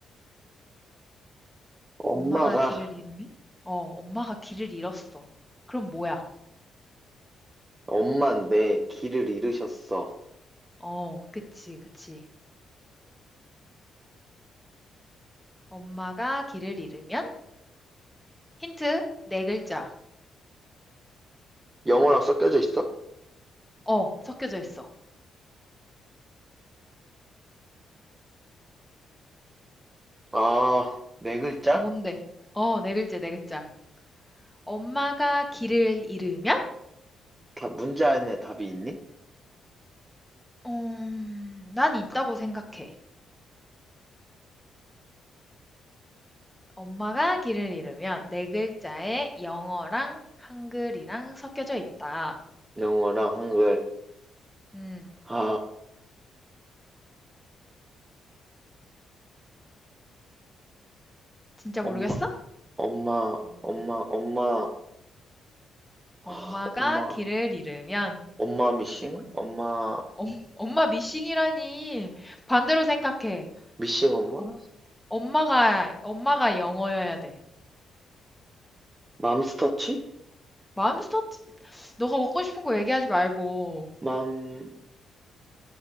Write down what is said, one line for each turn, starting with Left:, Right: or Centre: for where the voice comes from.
Right: 엄마가,
Centre: 엄마가 길을 잃으면? 어, 엄마가 길을 잃었어. 그럼 뭐야?
Right: 엄만 내 길을 잃으셨어.
Centre: 어, 그치, 그치. 엄마가 길을 잃으면? 힌트, 네 글자.
Right: 영어랑 섞여져 있어?
Centre: 어, 섞여져 있어.
Right: 아, 네 글자?
Centre: 뭔데? 어, 네 글자, 네 글자. 엄마가 길을 잃으면?
Right: 다 문제 안에 답이 있니?
Centre: 음, 난 있다고 생각해. 엄마가 길을 잃으면 네 글자에 영어랑 한글이랑 섞여져 있다.
Right: 영어랑 한글.
Centre: 음,
Right: 아,
Centre: 진짜
Right: 엄마,
Centre: 모르겠어?
Right: 엄마,
Centre: 엄마.
Right: 엄마, 엄마, 아,
Centre: 엄마가
Right: 엄마,
Centre: 길을 잃으면
Right: 엄마 미싱?
Centre: 뭘까?
Right: 엄마,
Centre: 엄, 엄마 미싱이라니. 반대로 생각해.
Right: 미싱 엄마?
Centre: 엄, 엄마가 엄마가 영어여야 돼.
Right: 맘스터치?
Centre: 맘스터치. 너가 먹고 싶은 거 얘기하지 말고.
Right: 맘,